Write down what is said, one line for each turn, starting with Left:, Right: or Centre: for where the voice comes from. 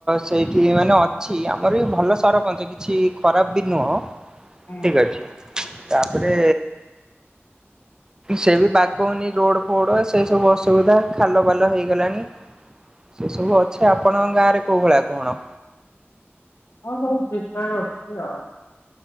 Right: ସେଇଠି ମାନେ ଅଛି। ଆମର ବି ଭଲ ସରପଞ୍ଚ କିଛି ଖରାପ ବି ନୁହଁ
Left: ହୁଁ
Right: ଠିକ ଅଛି। ତାପରେ
Left: ହୁଁ
Right: ସେ ବି ବାଗଉନି ରୋଡ଼ ଫୋଡ଼। ସେ ସବୁ ଅସୁବିଧା ଖାଲ ବାଲ ହେଇଗଲାଣି। ସେ ସବୁ ଅଛି। ଆପଣଙ୍କ ଗାଁରେ କୋଉ ଭଳିଆ କଣ?
Left: ହଁ, ସବୁ ଠିକ୍ ଠାକ୍ ଅଛି ଆଉ।